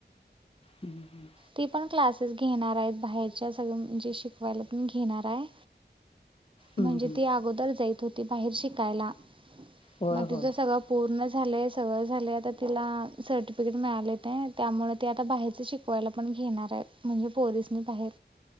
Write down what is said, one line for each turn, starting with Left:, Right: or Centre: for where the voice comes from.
Left: हम्म हम्म
Right: ते पण क्लासेस घेणार आहेत बाहेरच्या सगळ म्हणजे शिकवायला पण घेणार आहे
Left: हम्म
Right: म्हणजे
Left: हम्म
Right: ते अगोदर जायत होते ते बाहेर शिकायला
Left: होय
Right: मग
Left: होय
Right: तिचं सगळं पूर्णच सगळ झाले तिला सर्टिफिकेट मिळाले ते त्यामुळे ते आता बाहेरच शिक पवायला पण घेणार आहे म्हणजे पोरीसनी पाहेल